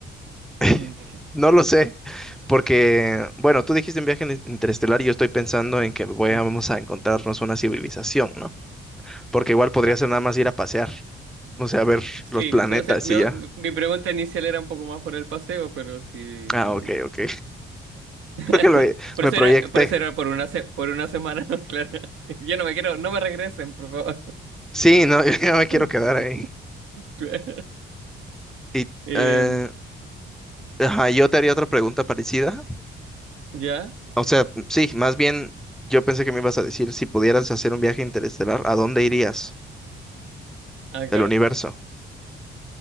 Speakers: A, in the centre; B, on the right.
A: <laughs>
B: mm,
A: No lo sé, porque, bueno, tú dijiste un viaje in- interestelar y yo estoy pensando en que voy
B: mm.
A: a- vamos a encontrarnos una civilización, ¿no? porque igual podría
B: Ah,
A: ser nada más ir a pasear, o sea, ver
B: Sí,
A: los planetas
B: sí, o sea, me-
A: y ya.
B: mi pregunta inicial era un poco más por el paseo, pero sí.
A: Ah, ok, ok.
B: <laughs>
A: <laughs> Creo que lo,
B: Por
A: me
B: eso
A: proyecté.
B: era, por eso era por una se- por una semana, <laughs> ¿no? Claro. Yo no me quiero, no me regresen, por favor.
A: Sí, no, <laughs> yo ya me quiero
B: <laughs>
A: quedar ahí.
B: Claro.
A: Y
B: Em,
A: eh, ajá, yo te haría otra pregunta parecida.
B: ¿ya?
A: O sea, sí, más bien yo pensé que me ibas a decir si pudieras hacer un viaje interestelar, ¿a dónde irías
B: Ah, claro.
A: del universo?